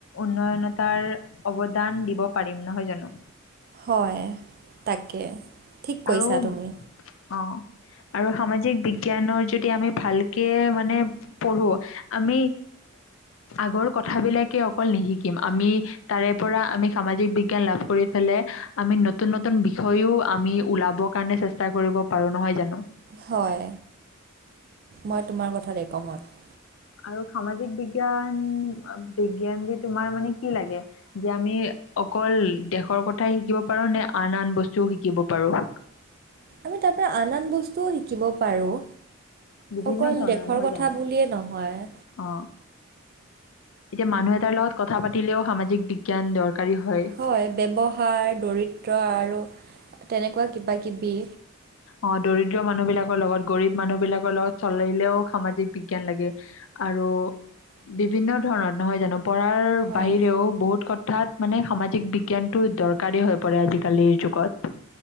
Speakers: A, on the left; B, on the right.
A: উন্নয়নতাৰ অৱদান দিব পাৰিম নহয় জানোঁ?
B: হয়, তাকে। ঠিক কৈছা
A: আৰু,
B: তুমি
A: অ। আৰু সামাজিক বিজ্ঞানৰ যদি আমি ভালকে মানে পঢ়োঁ, আমি আগৰ কথা বিলাকেই অকল নিশিকিম। আমি তাৰে পৰা আমি সামাজিক বিজ্ঞান লাভ কৰি, <unintelligible> আমি নতুন- নতুন বিষয়ও আমি ওলাবৰ কাৰণে চেষ্টা কৰিব পাৰো, নহয় জানো?
B: হয়। মই তোমাৰ কথাত একমত।
A: আৰু সামাজিক বিজ্ঞান! বিজ্ঞান দি তোমাৰ মানে কি লাগে? যে আমি অকল দেশৰ কথাই শিকিব পাৰো নে আন আন বস্তুও শিকিব পাৰো।
B: আমি তাৰ পৰা আন-আন বস্তুও শিকিব পাৰো।
A: বিভিন্ন
B: অকল
A: ধৰণৰ
B: দেশৰ
A: নহয়
B: কথা
A: জানো
B: বুলিয়েই নহয়।
A: অ এতিয়া মানুহ এটাৰ লগত কথা পাতিলেও সামাজিক বিজ্ঞান দৰকাৰী হয়।
B: হয় ব্যৱহাৰ, দৰিদ্ৰ আৰু তেনেকুৱা কিবা কিবি
A: অ দৰিদ্ৰ মানুহ বিলাকৰ লগত গৰীব মানুহ বিলাকৰ লগত চলিলেও সামাজিক বিজ্ঞান লাগে আৰু বিভিন্ন ধৰণ নহয় জানো? পঢ়াৰ
B: হয়
A: বাহিৰেও বহুত কথা <unintelligible> মানে সামাজিক বিজ্ঞানটো দৰকাৰেই হৈ পৰে আজিকালিৰ যুগত।